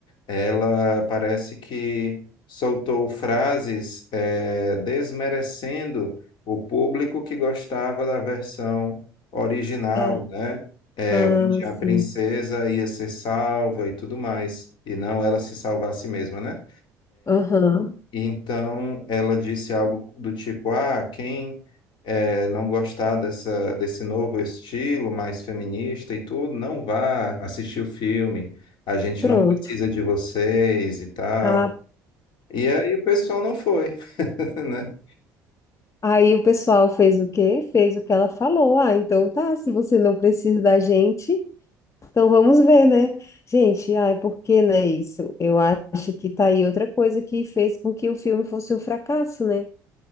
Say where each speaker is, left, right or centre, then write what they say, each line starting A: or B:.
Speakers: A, on the left; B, on the left.
A: ela parece que soltou frases eh, desmerecendo o público que gostava da versão original,
B: tá.
A: né? Eh,
B: Ah,
A: onde
B: sim.
A: a princesa ia ser salva e tudo mais, e não ela se salvar a si mesma, né?
B: Aham.
A: Então, ela disse algo do tipo: Ah, quem eh, não gostar dessa, desse novo estilo mais feminista e tudo, não vá assistir o filme. A gente
B: Pronto.
A: não precisa de vocês e tal.
B: Ah,
A: E aí o pessoal não foi, <laughs> né?
B: Aí o pessoal fez o quê? Fez o que ela falou. Ah, então tá, se você não precisa da gente, então vamos ver, né? Gente, ai, por que não é isso? Eu acho que tá aí outra coisa que fez com que o filme fosse um fracasso, né?